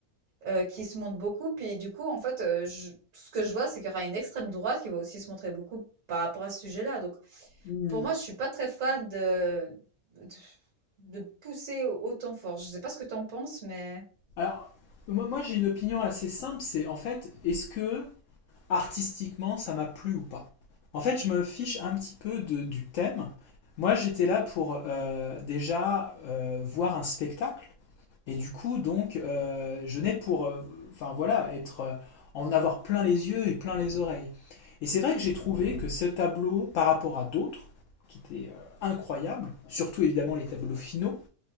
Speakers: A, on the right (about 75°); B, on the left (about 70°).
A: euh, qui se montre beaucoup. Puis du coup, en fait, euh, je- tout ce que je vois, c'est qu'il y aura une extrême droite qui va aussi se montrer beaucoup par rapport à ce sujet-là. Donc,
B: Hmm.
A: pour moi, je suis pas très fan de, de, de pousser autant fort. Je sais pas ce que t'en penses, mais
B: Alors, moi, moi, j'ai une opinion assez simple, c'est en fait, est-ce que artistiquement ça m'a plu ou pas? En fait, je me fiche un petit peu de- du thème. Moi, j'étais là pour euh, déjà euh, voir un spectacle, et du coup, donc, euh, je n'ai pour, euh, enfin voilà, être, euh, en avoir plein les yeux et plein les oreilles. Et c'est vrai que j'ai trouvé que ce tableau, par rapport à d'autres, qui était euh, incroyables, surtout évidemment les tableaux finaux,